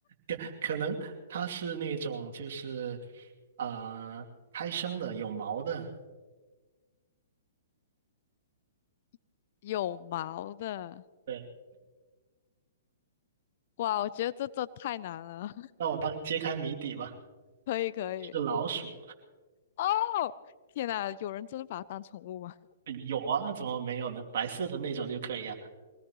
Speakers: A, on the right; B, on the left.
A: 可可能它是那种就是啊、呃胎生的有毛的，
B: <laughs> 有毛的。
A: 对，
B: 哇，我觉得这这太难了。
A: 那我帮揭开谜底吧。
B: 可以可以。
A: 是老鼠，
B: 哦，天呐，有人真的把它当宠物吗？
A: 呃有啊，怎么没有呢？白色的那种就可以啊。